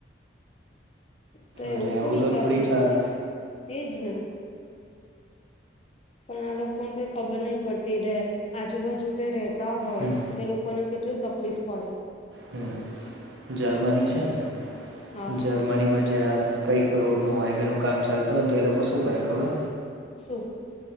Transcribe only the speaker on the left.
તો
એવું થોડી
કરાય
એજ ને. પણ આ લોકોને કઈ ખબર નહી પડતી રે આજુબાજુ જે રે તા હોય
એ લોકોને કેટલું તકલીફ પડે.
હા
શું?